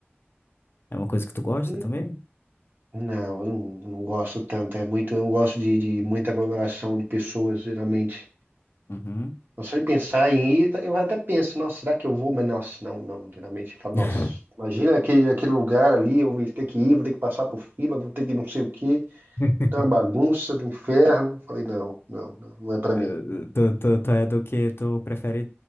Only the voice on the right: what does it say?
Hum,
Não, eu não, não gosto tanto. É muito, eu não gosto de, de muita aglomeração de pessoas, geralmente.
Eu Só de pensar em ir, tá, eu até penso, nossa, será que eu vou? Mas, nossa, não, não. Geralmente eu falo,
nossa, imagina aquele, aquele lugar ali, eu vou ter que ir, vou ter que passar por fila, vou ter que não sei o quê.
É uma bagunça do inferno. Falei, não, não, não, não é pra
mim.